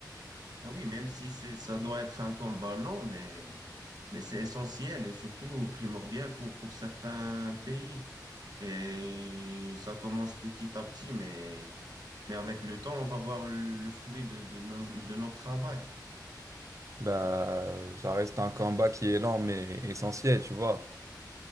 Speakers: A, on the right; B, on the right.
A: Ah oui, même si c'est, ça doit être un combat long, mais, mais c'est essentiel et surtout primordial pour, pour certains pays. Et ça commence petit à petit, mais, mais avec le temps, on va voir le, le fruit de, de, no- de notre travail.
B: Bah, ça reste un combat qui est lent, mais essentiel, tu vois,